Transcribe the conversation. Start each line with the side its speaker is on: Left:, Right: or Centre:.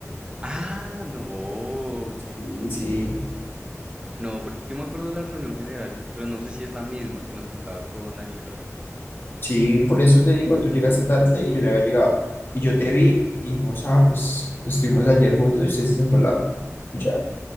Right: Ah, no.
Left: Sí, sí,
Right: No, porque yo me acuerdo de la reunión general, pero no sé si es la misma que nos tocaba con Ancelotti.
Left: sí, por eso te digo, tú llegaste tarde y yo ya había llegado. Y yo te vi y dijimos, ah, pues estuvimos ayer juntos y usted se sentó al lado. Y ya.